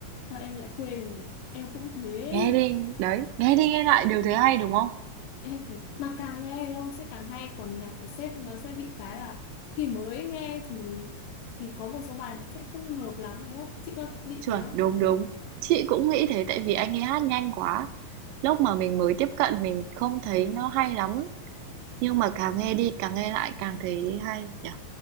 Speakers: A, on the left; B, on the right.
A: sao em lại quên em cũng thế
B: Nghe đi, đấy, nghe đi nghe lại đều thấy hay đúng không?
A: <laughs> em thì mà càng nghe lâu sẽ càng hay còn nhạc của sếp nó sẽ bị cái là khi mới nghe thì thì có một số bài nó sẽ không hợp lắm đúng không chị có bị
B: Chuẩn,
A: thế không
B: đúng đúng. Chị cũng nghĩ thế tại vì anh ấy hát nhanh quá. Lúc mà mình mới tiếp cận mình không thấy nó hay lắm, nhưng mà càng nghe đi càng nghe lại càng thấy hay nhỉ.